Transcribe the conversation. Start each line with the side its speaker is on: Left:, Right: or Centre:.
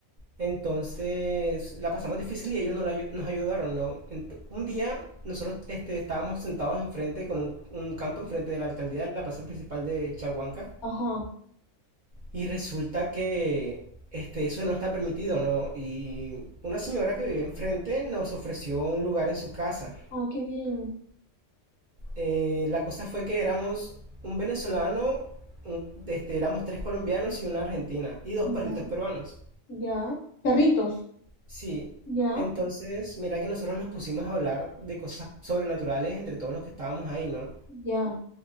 Right: Entonces la pasamos difícil y ellos no la, ayu- nos ayudaron, ¿no? Ent un día nosotros este, estábamos sentados enfrente, con un, un, campo enfrente de la alcaldía, de la plaza principal de Chaguanca,
Left: ajá,
Right: y resulta que este, eso no está permitido, ¿no? Y una señora que vivía enfrente nos ofreció un lugar en su casa
Left: ah, qué bien,
Right: eh, la cosa fue que éramos un venezolano, un- este, éramos tres colombianos y una argentina, y dos perritos
Left: Ya.
Right: peruanos.
Left: ya, perritos,
Right: Sí,
Left: ya,
Right: entonces mira que nosotros nos pusimos a hablar de cosas sobrenaturales entre todos los que estábamos ahí, ¿no?
Left: ya.